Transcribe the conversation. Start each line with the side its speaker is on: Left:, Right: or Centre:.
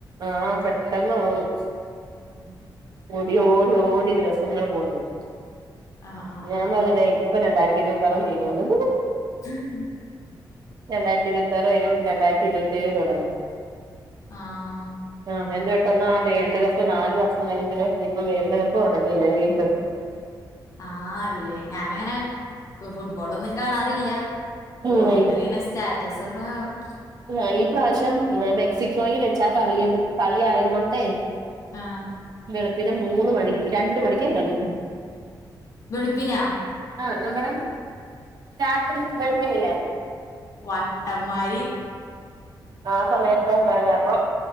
Right: ആഹ് പെട്ടന്ന് പോവും
Left: ഉം
Right: ഓടി ഓടി ഓടി ദിവസങ്ങൾ പോകുന്നത്
Left: ആ ആ
Right: ഞാൻ പറ- ഇപ്പൊ രണ്ടായിര ഇരുപത്തിആർ തീരുലൊ
Left: ഉം
Right: രണ്ടായിരത്തി ഇരുപത്തി ആറ് കയിഞ്ഞ് രണ്ടായിരത്തി ഇരുപത്തി ഏഴ് തുടങ്ങും
Left: ആഹ്
Right: ആഹ് എന്താ പെട്ടന്ന് ആ വേൾഡ് കപ്പ് നാല് വർഷം കഴിഞ്ഞട്ട ഇപ്പ വേൾഡ് കപ്പ് തുടങ്ങയില്ലേ വീണ്ടും
Left: ആ ഇ ഞാനങ്ങനെ ഫുട്ബോളൊന്നും കാണാറില്ല
Right: ഉം
Left: ഓരോരുത്തരങ്ങനെ സ്റ്റാറ്റസ് ഇടണേ കാണും
Right: ആ ഈ പ്രാവശ്യം മെക്സിക്കോയിൽ വ- ച്ചാ കളി കളി ആയത് കൊണ്ടേ
Left: ആ
Right: വളുപ്പിന് മൂന്ന് മണിക്ക് രണ്ട മണിക്കാ കളി
Left: വെളുപ്പിനോ
Right: ആഹ് നമ്മുടെ രാത്രി വെളപിന് ലെ
Left: വട്ടമാര്
Right: ആ സമയ എന്താ കറിയ അപ്പൊ